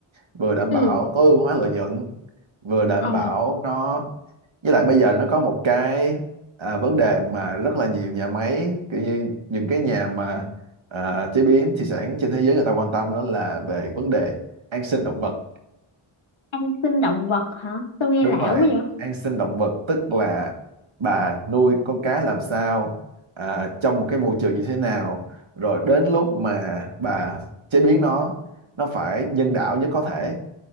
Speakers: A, on the right; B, on the left.
A: vừa đảm
B: ừ
A: bảo tối ưu hóa lợi nhuận vừa đảm
B: ồ
A: bảo nó với lại bây giờ nó có một cái à, vấn đề mà rất là nhiều nhà máy kiểu như những cái nhà mà à, chế biến thủy sản trên thế giới người ta quan tâm đó là về vấn đề an sinh động vật
B: ăn sinh động vật hả tôi nghe
A: đúng
B: lạ
A: rồi
B: quá vậy
A: an sinh động vật tức là bà nuôi con cá làm sao à, trong một cái môi trường như thế nào rồi đến lúc mà bà chế biến nó nó phải nhân đạo nhất có thể